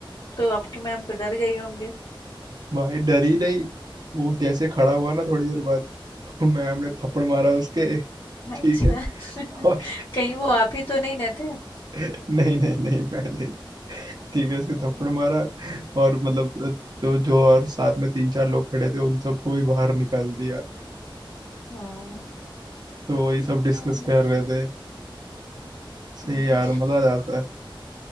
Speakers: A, on the left (about 65°); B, on the right (about 50°).
A: तो आपकी मैम तो डर गई होंगी
B: भाई डर ही नहीं वो जैसे खड़ा हुआ ना थोड़ी देर बाद मैम ने थप्पड़ मारा उसके
A: अच्छा
B: ठीक है
A: <laughs>
B: और
A: कहीं वो आप ही तो नहीं ना थे
B: नहीं नहीं नहीं मैं नहीं ठीक है उसके
A: अच्छा
B: थप्पड़ मारा और मतलब तो जो और साथ में तीन चार लोग खड़े थे उन सबको भी बाहर निकाल दिया
A: हाँ
B: तो वही सब डिस्कस
A: हाँ,
B: कर रहे थे सही
A: हम्म
B: यार मजा आ जाता है